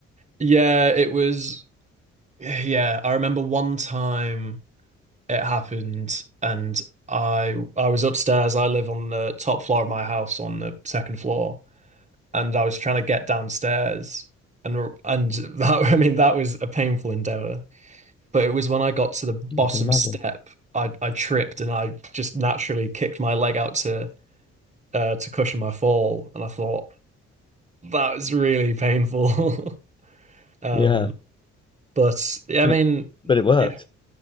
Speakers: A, on the right; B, on the left.
A: Yeah, it was. Yeah, I remember one time it happened, and I I was upstairs. I live on the top floor of my house on the second floor. and I was trying to get downstairs, and and <laughs> that I mean that was a painful endeavor. But it was when I got to the bottom
B: I can imagine.
A: step, I I tripped and I just naturally kicked my leg out to uh, to cushion my fall, and I thought that was really painful. <laughs> Um,
B: Yeah,
A: but yeah,
B: but
A: I mean,
B: it, but it worked.
A: yeah,